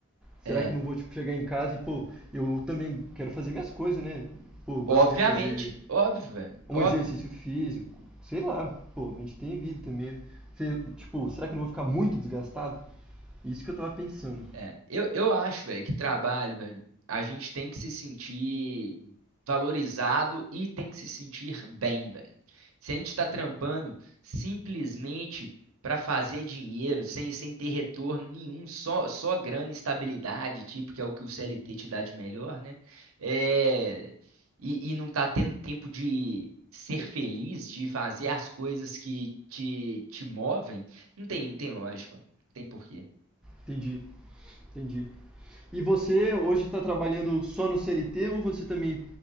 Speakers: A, in the centre; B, on the right.
A: Será
B: É.
A: que eu não vou, tipo, chegar em casa e, pô, eu também quero fazer minhas coisas, né? Pô, eu gosto
B: Obviamente.
A: de fazer
B: Óbvio, velho.
A: um
B: Óbvio.
A: exercício físico, sei lá, pô, a gente tem vida também, né? Sei- tipo, será que eu não vou ficar muito desgastado? Isso que eu tava pensando.
B: É, eu, eu acho, velho, que trabalho, velho, a gente tem que se sentir valorizado e tem que se sentir bem, velho. Se a gente está trampando simplesmente para fazer dinheiro, sem, sem ter retorno nenhum, só, só grana e estabilidade, tipo, que é o que o CLT te dá de melhor, né? É, e, e não tá tendo tempo de ser feliz, de fazer as coisas que te, te movem, não tem, não tem lógica, não tem porquê.
A: Entendi, entendi. E você hoje está trabalhando só no CLT ou você também